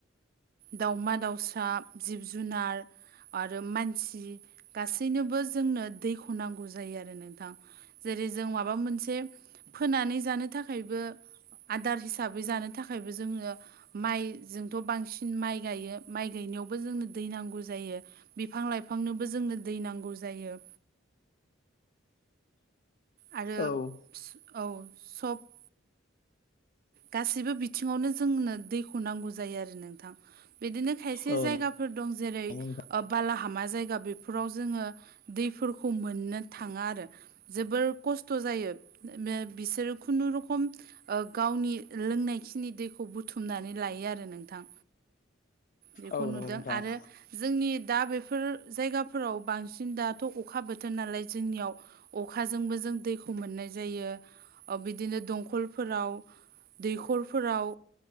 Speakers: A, on the right; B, on the left.
A: दाउमा दाउसा जिब जुनार आरो मानसि गासैनोबो जोंनो दैखौ नांगौ जायो आरो नोंथां। जेरै जों माबा मोनसे फोनानै जानो थाखायबो आदार हिसाबै जानो थाखायबो जोङो माइ जोंथ' बांसिन माइ गायो माइ गायनायावबो जोंनो दै नांगौ जायो। बिफां लाइफांनोबो जोंनो दै नांगौ जायो। आरो
B: औ
A: फिस औ सब गासैबो बिथिङावनो जोंनो दैखौ नांगौ जायो आरो नोंथां बिदिनो खायसे
B: औ
A: जायगा फोर दं जेरै
B: नंगौ नोंथां
A: बालाहामा जायगा बेफोराव जोङो दैफोरखौ मोननो थाङा आरो। जोबोर खस्थ' जायो बिसोरो खुनुरुखुम गावनि लोंनायखिनि दैखौ बुथुमनानै लायो आरो नोंथां। बेखौ
B: औ
A: नुदों
B: नंगौ नोंथां
A: आरो जोंनि दा बेफोर जायगाफोराव बांसिन दाथ' अखा बोथोर नालाय जोंनियाव अखाजोंबो जों दैखौ मोननाय जायो बिदिनो दंखलफोराव दैखरफोराव